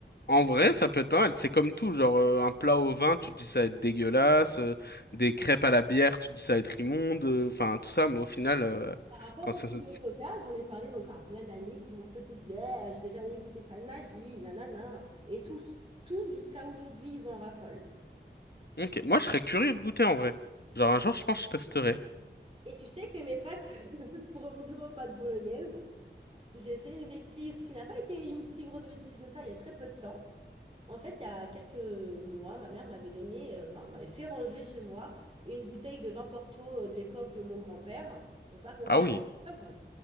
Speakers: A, on the left; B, on the right.
A: en vrai, ça peut être pas mal. C'est comme tout, genre euh, un plat au vin, tu te dis ça va être dégueulasse, euh, des crêpes à la bière, tu te dis ça va être immonde, euh, enfin tout ça, mais au final, euh,
B: Par rapport
A: quand
B: au
A: ça...
B: poulet
A: se-
B: au coca, j'en ai parlé donc à plein d'amis qui m'ont fait tous, ben, je vais jamais goûter ça de ma vie, nanana. Et tous, tous jusqu'à aujourd'hui, ils en raffolent.
A: Ok, moi je serais curieux de goûter en vrai. Genre un jour, je pense que je testerai.
B: Et tu sais que mes pâtes, <laughs> pour revenir aux pâtes bolognaises, j'ai fait une bêtise qui n'a pas été une si grosse bêtise que ça il y a très peu de temps. En fait, il y a quelques mois, ma mère m'avait donné, euh, enfin, m'avait fait ranger chez moi une bouteille de vin Porto euh, de l'époque de mon grand-père pour pas qu'on
A: Ah
B: <laughs> perde
A: oui.
B: l'œuvre.